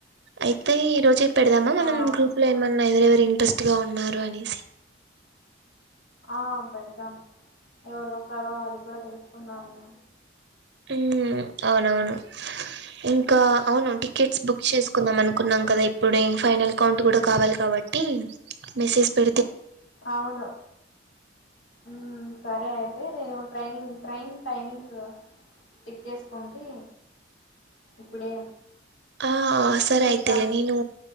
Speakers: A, on the right (about 60°); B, on the left (about 80°).
A: అయితే ఈ రోజే పెడదామా మనం
B: ఆ
A: గ్రూప్ లో ఏమన్నా ఎవరెవరు ఇంట్రెస్ట్ గా ఉన్నారు అనేసి
B: ఆ పెడదాం ఎవరు వస్తారో అది కూడా తెలుసుకుందాము
A: హ్మ్ అవునవును ఇంకా అవును టికెట్స్ బుక్ చేసుకుందామనుకున్నాం కదా ఇప్పుడే ఫైనల్ కౌంట్ కూడా కావాలి కా బట్టి మెసేజ్ పె
B: అవును హ్మ్ సరే అ లేదు నేను ట్రైన్ ట్రైన్ టైమింగ్స్ చెక్ చేసుకుంటే ఇప్పుడే
A: ఆ సరే
B: చూస్తా
A: అయితే లే నేను